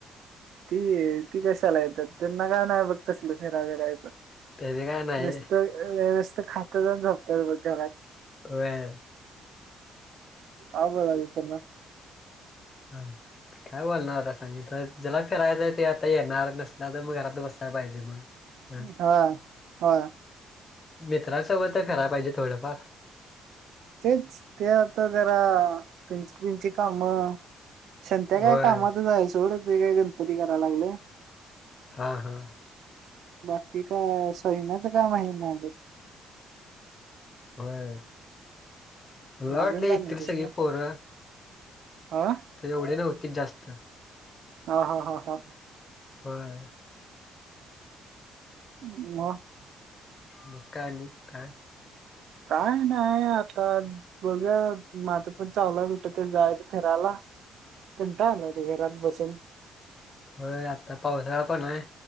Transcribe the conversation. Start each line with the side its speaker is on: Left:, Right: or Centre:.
Right: ती, ती कशाला येतात, त्यांना का नाय बघ तसलं फेराबिरायचं
Left: त्याने काय नाही
Right: नसत, अ नुसतं खात्यातन झोपतात, मग तेव्हड्यात
Left: व्हय
Right: आवघड आहे, पुन्हा
Left: हं, काय बोलणार आता सांग की, ज्याला फिरायचंय ते आता येणार, नसल्या तर मग घरात बस काय पाहिजे मग? ह
Right: हा, हा
Left: मित्रांसोबत तर कराय पाहिजे थोडंफार
Right: तेच ते, आता जरा त्यांची त्यांची कामं संत्या
Left: होय.
Right: काय कामातच आहे, सवड होते काय गणपती कराय लागले
Left: हा, हा
Right: बाकी काय, सैमा्याच का माहि नाहीले
Left: व्हय, मला वाटलं
Right: अजून काय
Left: इतील
Right: नाही तुझं
Left: सगळी
Right: मग
Left: पोरं
Right: हा
Left: तर, एवढे नव्हती जास्त
Right: हा, हा, हा, हा
Left: व्हय
Right: म
Left: मग काय, आनिक काय?
Right: काय नाय, आता बघा माझं पण चालू हाय, कुठंतरी जायचं फिरायला कंटाळा आला आता घरात बसून
Left: व्हय, आता पावसाळा पण आहे